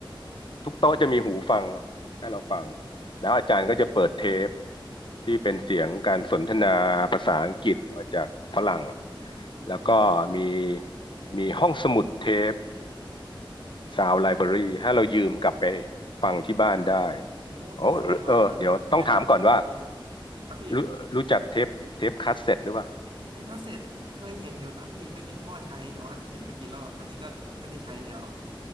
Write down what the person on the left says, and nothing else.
ทุกโต๊ะจะมีหูฟังให้เราฟังแล้วอาจารย์ก็จะเปิดเทปที่เป็นเสียงการสนทนาภาษาอังกฤษมาจากฝรั่งแล้วก็มีมีห้องสมุดเทป u าวไลบรารีให้เรายืมกลับไปฟังที่บ้านได้
โอ้เออเดี๋ยวต้องถามก่อนว่า
รู้รู้จักเทปเทปคาสเซ็ตหรือเปล่า